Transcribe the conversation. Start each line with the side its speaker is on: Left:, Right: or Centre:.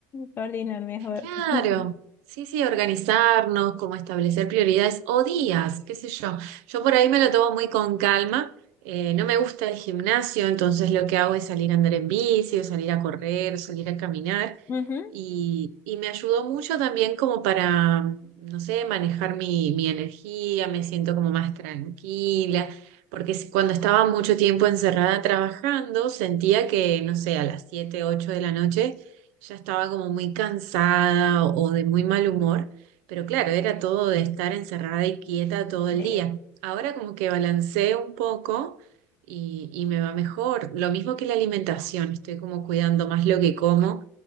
Left: coordinar mejor.
Right: Claro,
Left: <laughs>
Right: sí, sí, organizarnos, como establecer prioridades o días, qué sé yo. Yo por ahí me lo tomo muy con calma. eh, no me gusta el gimnasio, entonces lo que hago es salir a andar en bici, o salir a correr, salir a caminar.
Left: Ujú.
Right: Y, y me ayudó mucho también como para, no sé, manejar mi, mi energía, me siento como más tranquila, porque si- cuando estaba mucho tiempo encerrada trabajando, sentía que, no sé, a las 7 8 de la noche ya estaba como muy cansada o de muy mal humor, pero claro, era todo de estar encerrada y quieta todo
Left: Sí.
Right: el día. Ahora como que balanceo un poco y, y me va mejor. Lo mismo que la alimentación, estoy como cuidando más lo que como